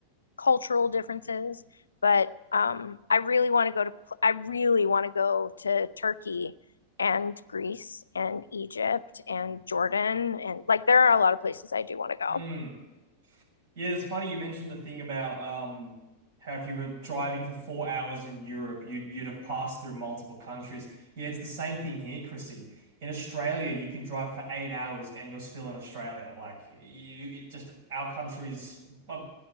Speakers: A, on the left; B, on the right.
A: cultural differences, but um, I really want to go to I really want to go to Turkey and Greece and Egypt and Jordan and like there are a lot of places I do want to go.
B: Mm. Yeah, it's funny you mentioned the thing about um how if you were driving for four hours in Europe, you'd you'd have passed through multiple countries. Yeah, it's the same thing here, Chrissy. In Australia, you can drive for eight hours and you're still in Australia. Like you, it just our countries bo-